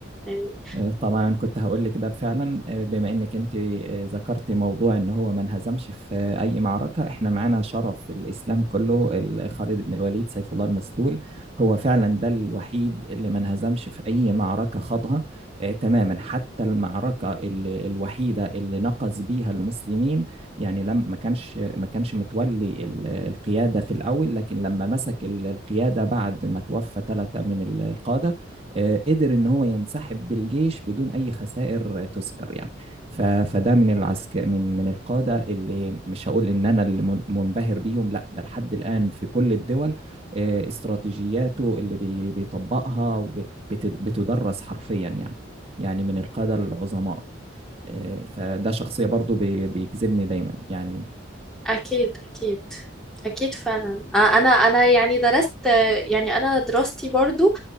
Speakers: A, in the centre; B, on the right.
A: يعني
B: آه، طبعا كنت هقول لك ده فعلا آه، بما انك انت آه، ذكرتي موضوع ان هو ما انهزمش في اي معركه احنا معانا شرف الاسلام كله ال- خالد بن الوليد سيف الله المسلول هو فعلا ده الوحيد اللي ما انهزمش في اي معركه خاضها آه، تماما حتى المعركه ال- الوحيده اللي نقص بيها المسلمين يعني لم ما كانش ما كانش متولي ال- القياده في الاول لكن لما مسك ال- القياده بعد ما توفى ثلاثه من ال- القاده آه، قدر ان هو ينسحب بالجيش بدون اي خسائر تذكر يعني ف- فده من العسكر من من القاده اللي مش هقول ان انا اللي من- منبهر بيهم لا ده لحد الان في كل الدول آه، استراتيجياته اللي بي- بيطبقها وب- بتد- بتدرس حرفيا يعني يعني من القاده العظماء آه، فده شخصية برضو بي- بيجذبني دايما يعني
A: أكيد أكيد أكيد فعلا آه، أنا أنا يعني درست آه، يعني أنا دراستي برضو